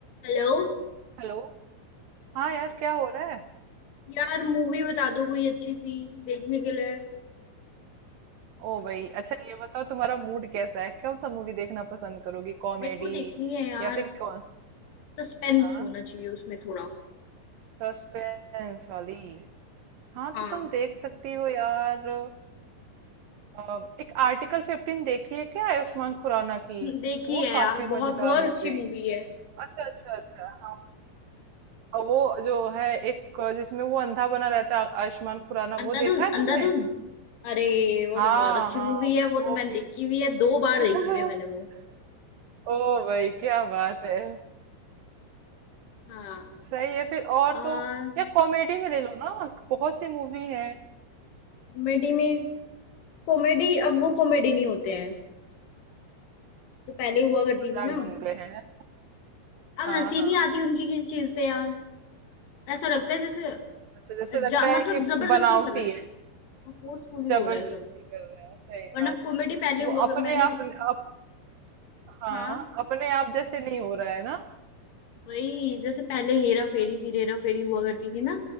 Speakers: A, on the left; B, on the right.
A: हेलो
B: Hello हाँ यार क्या हो रहा है
A: यार मूवी बता दो कोई अच्छी सी देखने के लिए
B: ओ भाई अच्छा ये बताओ तुम्हारा मूड कैसा है कौन सा मूवी देखना पसंद करोगी कॉमेडी
A: मेरे को देखनी है यार
B: या फिर कौन
A: सस्पेंस
B: हाँ
A: होना चाहिए उसमें थोड़ा
B: सस्पेंस वाली हाँ
A: हाँ
B: तो तुम देख सकती हो यार अ, एक आर्टिकल फिफ्टीन देखी है क्या आयुष्मान खुराना की
A: देखी
B: वो
A: है
B: काफी
A: यार बहुत
B: मजेदार
A: बहुत
B: मूवी
A: अच्छी मूवी
B: है
A: है
B: अच्छा अच्छा अच्छा हाँ और वो जो है एक जिसमें वो अंधा बना रहता है आयुष्मान खुराना
A: अंधाधुन
B: वो देखा है
A: अंधाधुन
B: तुमने
A: अरे वो
B: हाँ
A: तो बहुत अच्छी
B: हाँ
A: मूवी
B: वो
A: है वो तो मैंने देखी
B: भी
A: हुई है दो बार
B: <laughs>
A: देखी हुई है मैंने वो
B: ओ भाई क्या बात है
A: हाँ
B: सही है फिर और
A: आ
B: तो या कॉमेडी में ले लो ना बहुत सी मूवी है
A: कॉमेडी में कॉमेडी अब वो कॉमेडी नहीं होते हैं जो पहले हुआ करती
B: मजाक
A: थी ना
B: बन गए हैं
A: अब
B: हाँ
A: हंसी
B: हाँ
A: नहीं आती उनकी किसी चीज से यार ऐसा लगता है जैसे
B: अच्छा जैसे
A: जा,
B: लगता
A: मतलब
B: है कि
A: जबरदस्ती
B: बनावटी
A: कर रहे
B: है
A: हैं फोर्सफुली हो
B: जबरदस्ती
A: रहा है सब
B: कर रहे हैं सही
A: वरना
B: बात
A: कॉमेडी पहले
B: वो
A: हुआ
B: अपने
A: कर- मैंने
B: आप अप, हाँ
A: हाँ
B: अपने आप जैसे नहीं हो रहा है ना
A: वही जैसे पहले हेरा फेरी फिर हेरा फेरी हुआ करती थी ना